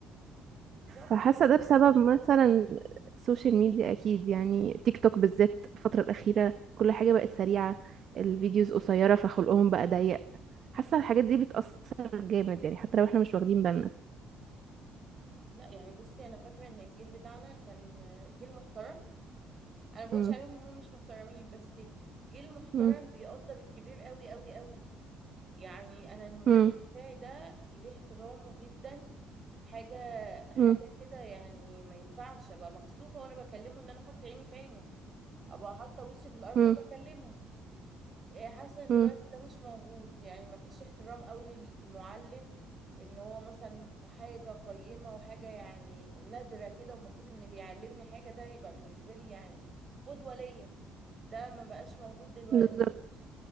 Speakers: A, on the right (about 40°); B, on the right (about 55°).
A: بالظبط
B: فحاسة ده بسبب مثلا السوشيال ميديا أكيد يعني تيك توك بالذات الفترة الأخيرة كل حاجة بقت سريعة الفيديوز قصيرة فخلقهم بقى ضيق حاسة الحاجات دي بتأثر جامد يعني حتى لو احنا مش واخدين بالنا
A: لا يعني بصي انا فاكرة ان الجيل بتاعنا كان جيل محترم انا ما بقولش
B: مم.
A: عليهم ان هم مش محترمين بس جيل محترم
B: مم.
A: بيقدر الكبير قوي قوي قوي يعني انا المدرس
B: مم.
A: بتاعي ده ليه احترامه جدا حاجة حاجة
B: مم.
A: كده يعني ما ينفعش ابقى مكسوفة وانا بكلمه ان انا احط عيني في عينه ابقى حاطة وشي في الارض
B: مم.
A: وبكلمه إيه، حاسة ان
B: مم.
A: دلوقتي ده مش موجود يعني ما فيش احترام قوي للمعلم ان هو مثلا حاجة قيمة وحاجة يعني نادرة كده والمفروض ان بيعلمني حاجة ده يبقى بالنسبة لي يعني قدوة ليا ده ما بقاش موجود دلوقتي
B: بالظبط